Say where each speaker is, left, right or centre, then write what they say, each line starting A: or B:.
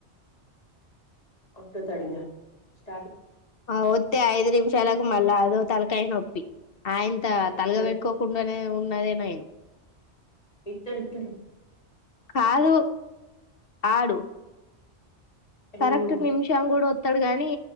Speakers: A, on the left (about 35°); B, on the left (about 55°).
A: ఒట్ట త అడిగా స్ట
B: ఆ వద్ే అయి్రిీ చెలగ మళ్ళా అదో తలకాయ నొప్పి ఆయంత
A: ఇత్తడు
B: తలగబెట్టుకోకుండానే ఉన్నదేనాయ
A: ఇతడు ఇత్తడు
B: కాదు ఆడు కరెక్ట్
A: ఉమ్
B: నిమిషం కూడా వస్తాడు గాని